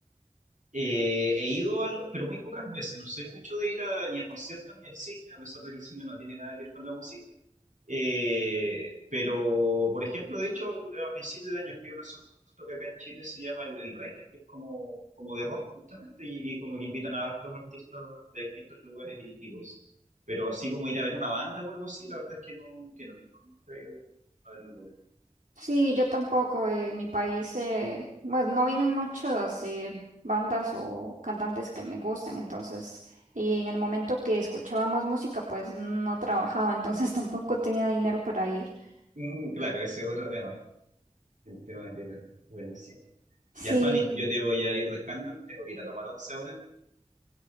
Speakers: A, on the right; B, on the right.
A: Eh, he ido, al- pero muy pocas veces, no soy mucho de ir a- ni a conciertos ni al cine, a pesar de que el cine no tiene nada que ver con la música. Eh, pero, por ejemplo, de hecho, a principios de año fui a un asunto que acá en Chile se llama el, el REC, que es como, como de rock, justamente, y, y como que invitan a hartos artistas de distintos lugares y, y cosas. Pero así como ir a ver una banda o algo así, la verdad es que no, que no, no, no he ido a ver ninguna.
B: Sí, yo tampoco. eh, En mi país, eh, pues no vienen muchas eh, bandas o cantantes que me gustan, entonces, y en el momento que escuchaba más música, pues no trabajaba, entonces <laughs> tampoco tenía dinero para ir.
A: Mm, claro, ese es otro tema, el tema del dinero. Buenísimo.
B: Sí,
A: Ya, Fanny, yo te voy a ir dejando, tengo que ir a tomar once ahora.